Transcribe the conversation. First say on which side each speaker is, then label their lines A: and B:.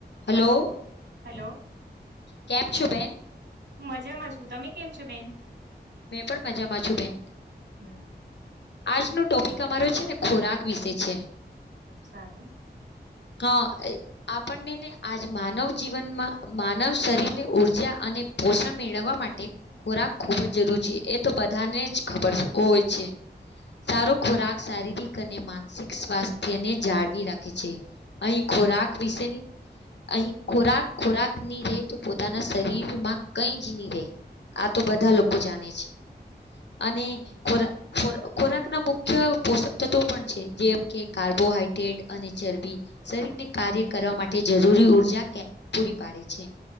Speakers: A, on the left (about 80°); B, on the right (about 85°).
A: Hello
B: hello
A: કેમ છો, બેન
B: મજામાં છું, તમે કેમ છો, બેન
A: મેં પણ મજામાં છું, બેન
B: હમ
A: આજનો ટોપિક અમારો છેને, ખોરાક વિશે છે.
B: સારું
A: હા, આપણનેને આજ માનવ જીવનમાં માનવ શરીર ની ઉર્જા અને પોષણ મેળવવા માટે ખોરાક ખૂબજ. એ તો બધાને જ ખબર, હોય છે. સારો ખોરાક શારીરિક અને માનસિક સ્વાસ્થ્યને જાળવી રાખે છે. અહીં ખોરાક વિશેની. અહીં ખોરાક ખોરાકની, રે તો પોતાના શરીરમાં કઈ જ ની રે આ, તો બધા લોકો જાણે છે. અને ખ ખોરાક ના મુખ્ય પોષક તત્વો પણ છે, જેમ કે કાર્બ બોહડ્રેટ અને ચરબી શરીરને કાર્ય કરવા, માટે જરૂરી ઉર્જા પૂરી પાડે છે.